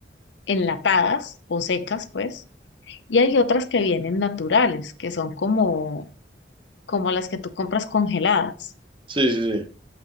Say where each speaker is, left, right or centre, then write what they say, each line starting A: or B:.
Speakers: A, on the left; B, on the right.
A: enlatadas o secas, pues, y hay otras que vienen naturales, que son como, como las que tú compras congeladas.
B: Sí, sí, sí.